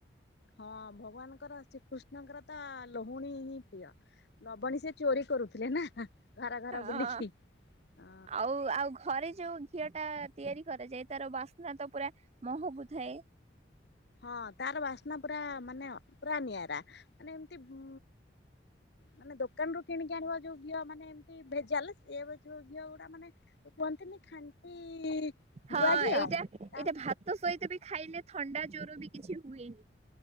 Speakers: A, on the left (about 60°); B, on the right (about 35°).
A: ହଁ ଭଗବାନଙ୍କର ଶ୍ରୀକୃଷ୍ଣଙ୍କର ତ ଲହୁଣୀ ହିଁ ପ୍ରିୟ ନବଣୀ ସେ ଚୋରି କରୁଥିଲେ ନା ଘର ଘର
B: ହଁ।
A: ବୁଲିକି ଅ
B: ଆଉ ଆଉ ଘରେ ଯୋଉ ଘିଅ ଟା ତିଆରି କରାଯାଏ ତାର ବାସ୍ନା ତ ପୁରା ମହକୁ ଥାଏ।
A: ହଁ, ତାର ବାସ୍ନା ପୁରା, ମାନେ ପୁରା ନିଆରା, ମାନେ ଏମିତି ଉ ମାନେ ଦୋକାନ ରୁ କିଣିକି ଆଣିବା ଯୋଉ ଘିଅ ମାନେ ଏମିତି ଭେଜାଲ, ସେ ଏବେ ଯୋଉ ଘିଅ ଗୁଡା ମାନେ ଯୋଉ କୁହନ୍ତିନି ଖାନ୍ତି
B: ହଁ
A: ଗୁଆଘିଅ,
B: ଏଇଟା
A: ତା
B: ଏଇଟା ଭାତ ସହିତ ବି ଖାଇଲେ, ଥଣ୍ଡା ଜ୍ୱର ବି କିଛି ହୁଏନି।